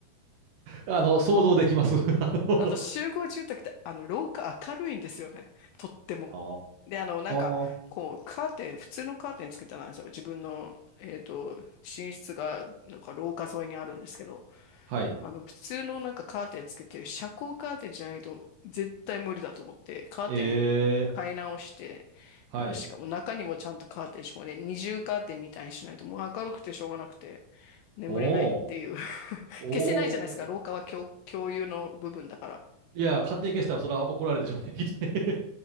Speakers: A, on the right; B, on the left.
A: あの、想像できます。<laughs> あの
B: あと集合住宅ってあの廊下明るいんですよね。とっても。
A: あー
B: で、あの、なんか、
A: は
B: こう、カーテン、普通のカーテンつけてなんですよ。自分の、えっと、寝室が、なんか廊下沿いにあるんですけど、
A: い。
B: あの、普通のなんかカーテンつけて、遮光カーテンじゃないと絶対無理だと思って、カーテン買い直して、
A: ええはい。
B: あのしかも中にもちゃんとカーテンしかもね、二重カーテンみたいにしないともう明るくてしょうがなくて、
A: あ
B: 眠れないっていう。
A: おお、
B: <laughs>
A: おお。
B: 消せないじゃないですか。廊下は共、共有の部分だから。
A: いや、勝手に消したらそれは怒られるでしょうね、きっとね。